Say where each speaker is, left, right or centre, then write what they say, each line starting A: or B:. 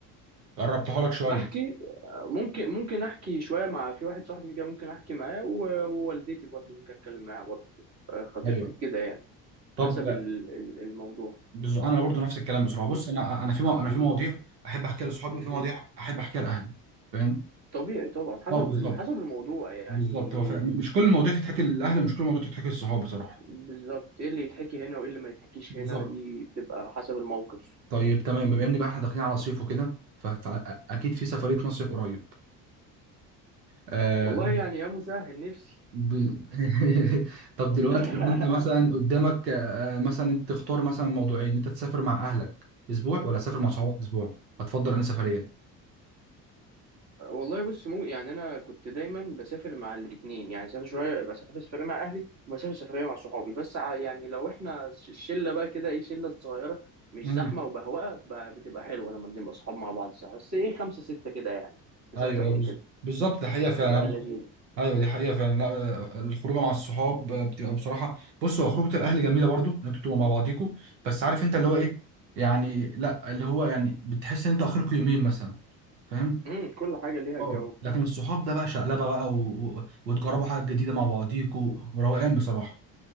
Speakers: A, on the right (about 80°); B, on the right (about 30°).
A: قربتها لك شويه
B: بحكي ممكن ممكن احكي شويه مع في واحد صاحبي كده ممكن احكي معاه و- ووالدتي برضو ممكن اتكلم معاها برضو آه، خطيبتي
A: ايوه
B: كده يعني
A: طب
B: حسب ال- ال- الموضوع
A: بز- انا برضو نفس الكلام بصراحه بص
B: م-
A: انا انا في مو... انا
B: م-
A: في مواضيع احب احكيها لاصحابي وفي مواضيع
B: م.
A: احب احكيها لاهلي فاهم
B: طبيعي طبعا حسب
A: اه بالظبط
B: ال- حسب الموضوع يعني
A: بالظبط هو فاهم مش كل المواضيع تتحكي
B: آه،
A: للاهل ومش كل المواضيع تتحكي للصحاب بصراحه
B: بالظبط ايه اللي يتحكي هنا وايه اللي ما يتحكيش
A: بالظبط
B: هنا دي بتبقى حسب الموقف
A: طيب تمام بما ان بقى احنا داخلين على صيف وكده فاكيد في سفريه مصيف قريب آه
B: والله يعني يا مسهل نفسي
A: ب... <laughs> طب
B: <laughs>
A: دلوقتي لو انت مثلا قدامك آه مثلا انت تختار مثلا موضوعين انت تسافر مع اهلك اسبوع ولا تسافر مع صحابك اسبوع هتفضل انهي سفريه
B: والله بص مو يعني انا كنت دايما بسافر مع الاثنين يعني سافر شويه بسافر سفريه مع اهلي وبسافر سفريه مع صحابي بس ع- يعني لو احنا ش- الشله بقى كده ايه شله صغيره مش
A: امم
B: زحمه وبهواه ب- بتبقى حلوه لما بنبقى صحاب مع بعض ساعة. بس ايه خمسه سته كده يعني مش
A: ايوه
B: اكتر
A: أيوة،
B: من
A: بالظبط
B: كده
A: بالظبط، ده حقيقه
B: بتبقى
A: فعلا
B: لذيذه
A: ايوه دي حقيقه فعلا لا آه، الخروجه مع الصحاب آه، بتبقى بصراحه بص هو خروجه الاهل جميله برضو ان انتوا بتبقوا مع بعضيكوا بس عارف انت اللي
B: امم
A: هو ايه يعني لا اللي هو يعني بتحس ان انت اخركوا يومين مثلا فاهم
B: أمم، كل حاجه ليها الجو
A: اه
B: بتاعها
A: لكن الصحاب ده بقى شقلبه بقى و... و... وتجربوا حاجه جديده مع بعضيكوا روقان بصراحه